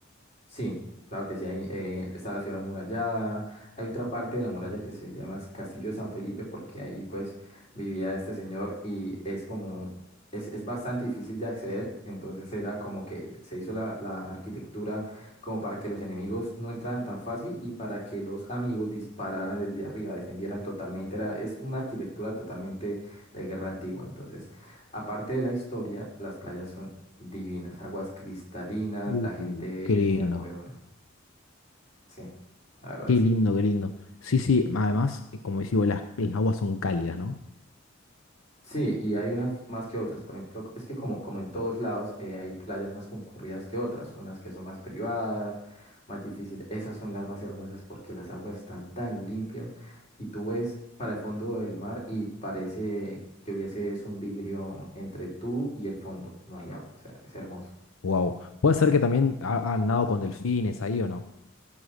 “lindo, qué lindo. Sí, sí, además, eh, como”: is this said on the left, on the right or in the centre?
Left